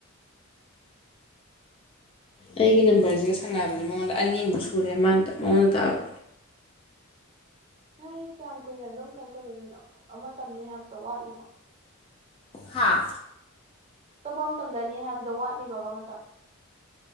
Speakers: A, on the left; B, on the right.
A: ꯑꯩꯒꯤ ꯅꯝꯕꫪꯁꯤꯒ ꯁꯥꯟꯅꯕꯁꯦ ꯃꯉꯣꯟꯗ ꯑꯅꯤꯃꯨꯛ ꯁꯨꯔꯦ ꯃꯥꯅ ꯃꯉꯣꯟꯗ ꯇꯥꯕ
B: ꯅꯣꯏ ꯀꯌꯥꯝ ꯀꯨꯏꯅ ꯑꯗꯨꯝ ꯀꯩꯅꯣ ꯇꯧꯒꯗꯣꯏꯅꯣ ꯑꯃ ꯇꯧꯅꯤ ꯍꯥꯏꯕꯗꫭ ꯋꯥꯠꯂꯤꯕꫭ
A: ꯍꯥꯥ
B: ꯑꯇꯣꯞꯄ ꯃ ꯇꯝꯂꯅꯤ ꯍꯥꯏꯕꯗꯣ ꯋꯥꯠꯂꯤꯕꯕ ꯃꯇꯝ